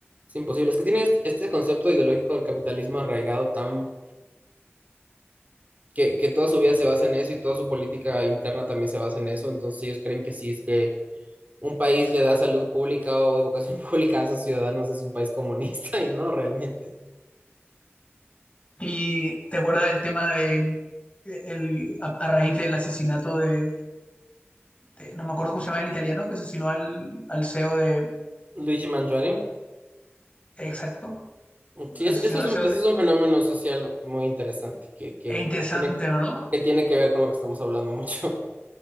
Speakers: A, on the right; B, on the left.
A: es imposible. Es que tiene este, este concepto ideológico del capitalismo arraigado tan que, que toda su vida se basa en eso y toda su política interna también se basa en eso. Entonces ellos creen que sí es que un país le da salud pública o educación <laughs> pública a sus ciudadanos es un país comunista <laughs> y no realmente.
B: Y te acuerdas del tema de, eh, el, a, a raíz del asesinato de, de- no me acuerdo cómo se llama el italiano, que asesinó al, al CEO de,
A: Luigi Mangione.
B: exacto,
A: Sí,
B: asesinó
A: es- eso es
B: al
A: un,
B: CEO
A: eso
B: de,
A: es un fenómeno social muy interesante que, que
B: es interesante,
A: tiene,
B: ¿o no?
A: que tiene que ver con lo que estamos hablando mucho.